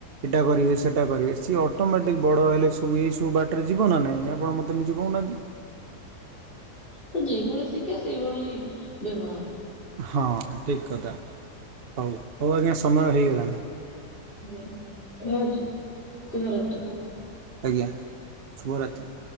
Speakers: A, on the right; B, on the left.
A: ଏଟା ଭରିବେ ସେଟା ଭରିବେ ସିଏ ଅଟୋମେଟିକ୍ ବଡ ହେଲେ ସବୁ ଏଇ ସବୁ ବାଟରେ ଯିବ ନା ନାହିଁ ଆପଣ ମତେ ନିଜେ କହୁନାହାନ୍ତି।
B: ହୁଁ ଯେ ଭଳି ଶିକ୍ଷା ସେଇଭଳି ବ୍ୟବହାର।
A: ହଁ ଠିକ କଥା ହଉ ହଉ ଆଜ୍ଞା ସମୟ ହେଇଗଲାଣି।
B: ଆଜ୍ଞା ରହୁଛି ଶୁଭରାତ୍ରି।
A: ଆଜ୍ଞା ଶୁଭରାତ୍ରି।